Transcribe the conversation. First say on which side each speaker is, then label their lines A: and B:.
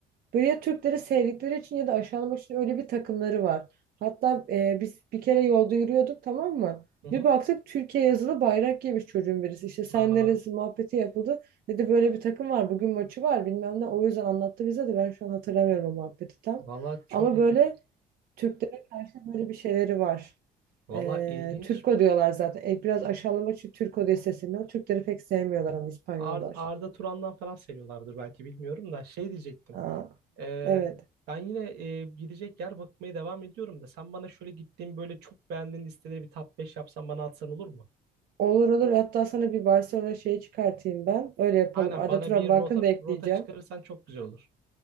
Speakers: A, on the right (about 60°); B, on the right (about 80°).
A: Böyle ya Türkleri sevdikleri için ya da aşağılamak için öyle bir takımları var. Hatta e, biz bir kere yolda yürüyorduk tamam mı?
B: Hı hı.
A: Bir baktık Türkiye yazılı bayrak giymiş çocuğun birisi. İşte sen
B: Aa,
A: neresi muhabbeti yapıldı. Dedi böyle bir takım var bugün maçı var bilmem ne. O yüzden anlattı bize de ben şu an hatırlamıyorum o muhabbeti tam.
B: valla çok
A: Ama
B: ilginç.
A: böyle Türklere karşı böyle bir şeyleri var.
B: Valla
A: E,
B: ilginç.
A: Türko diyorlar zaten. E, biraz aşağılamak için Türko diye sesleniyor. Türkleri pek sevmiyorlar ama İspanyollar.
B: Ar- Arda Turan'dan falan seviyorlardır belki bilmiyorum da şey diyecektim.
A: Aa,
B: Ee,
A: evet.
B: ben yine e, gidecek yer bakmaya devam ediyorum da sen bana şöyle gittiğim böyle çok beğendiğin listeleri bir top 5 yapsan bana atsan olur mu?
A: Olur olur. Hatta sana bir Barcelona şeyi çıkartayım ben. Öyle yapalım.
B: Aynen
A: Arda
B: bana
A: Turan
B: bir
A: Bank'ını
B: rota
A: da ekleyeceğim.
B: rota çıkarırsan çok güzel olur.